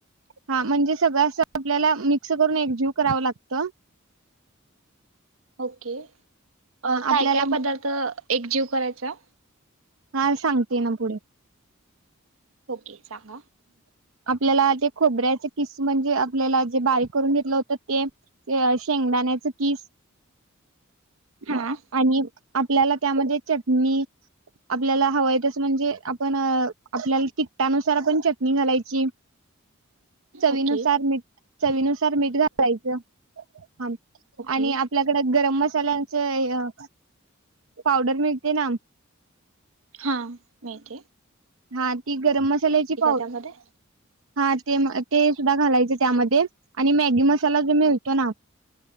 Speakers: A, on the right; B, on the right.
A: हा म्हणजे सगळं असं आपल्याला मिक्स करून एकजीव करावं लागत
B: ओके अ
A: हा आपल्याला
B: काय काय पदार्थ एक जीव करायचा
A: हां सांगते ना पुढे
B: ओके सांगा
A: आपल्याला जे खोबऱ्याचे किस म्हणजे आपल्याला जे बारीक करून घेतलं होतं ते ते अ शेंगदाण्याच किस
B: हा
A: म् आणि आपल्याला त्यामध्ये चटणी आपल्याला हवंय तसं म्हणजे आपण आपल्याला तिकटानुसार आपण चटणी घालायची चवीनुसार
B: ओके
A: मीट् चवीनुसार मीठ घालायच
B: ओके
A: आणि आपल्याकड गरम मस् साल्यांचे हे अ् पावडर मिळते ना
B: हां मेथी
A: हां ती गरम मसाल्याची पाव्
B: त्यामध्ये
A: हां ते म् ते सुद्धा घालायचे त्यामध्ये आणि मॅगी मसाला जो मिळतो ना